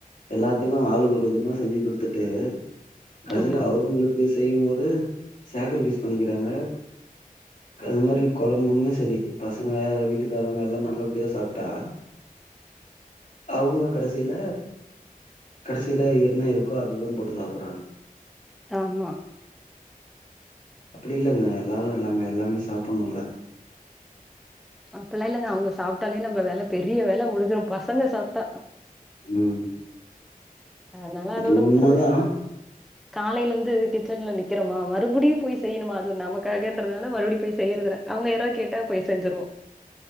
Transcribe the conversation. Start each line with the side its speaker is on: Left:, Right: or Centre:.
Left: எல்லாத்துக்கு ஆளுக்கு ஒரு விதமா செஞ்சு குடுத்துட்டு கடைசில
Centre: ஆமா
Left: அவுங்களுக்கு செய்யும்போது சேக்ரிஃபைஸ் பண்ணிக்கிறாங்க க்கு அது மாரி கொழம்புமே செரி பசங்க வீட்டுக்காரங்க எல்லா நல்லபடியா சாப்ட்டா அவுங்க கடைசில கடைசில என்ன இருக்கோ அதுதான் போட்டு சாப்டுறாங்க
Centre: ஆமா
Left: அப்டி இல்லங்க எல்லாரு எல்லாமே எல்லாமே சாப்பணுல்ல
Centre: அப்பெல்லா இல்லங்க அவுங்க சாப்ட்டாலே நம்ம வேல பெரிய வேல முடிஞ்சிரு பசங்க சாப்ட்டா
Left: ம்
Centre: அதனால
Left: அது
Centre: அதோட
Left: உண்மதா
Centre: விட்டுறது காலைல இருந்து கிச்சன்ல நிக்கிறமா மறுபடியும் போய் செய்யணுமா அது நமக்காகன்றதுனால மறுபடியும் போய் செய்யறது இல்ல அவுங்க யார கேட்டா போய் செஞ்சிருவோ